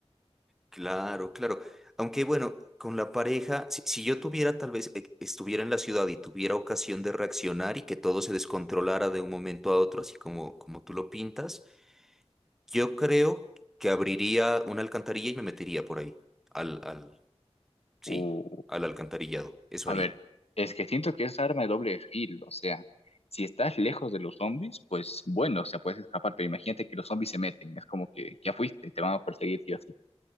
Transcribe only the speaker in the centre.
Claro, claro. Aunque bueno, con la pareja, si, si yo tuviera tal vez, eh, estuviera en la ciudad y tuviera ocasión de reaccionar y que todo se descontrolara de un momento a otro, así como, como tú lo pintas, yo creo que abriría una alcantarilla y me metería por ahí, al, al, sí,
al alcantarillado, eso
haría.